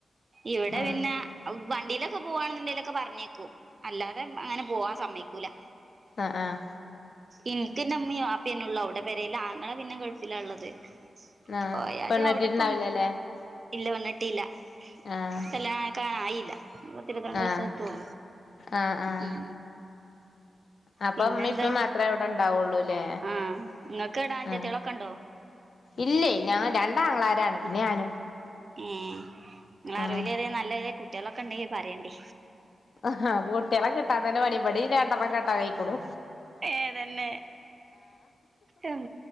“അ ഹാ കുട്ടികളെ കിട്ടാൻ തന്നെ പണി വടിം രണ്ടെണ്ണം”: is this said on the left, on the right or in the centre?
Left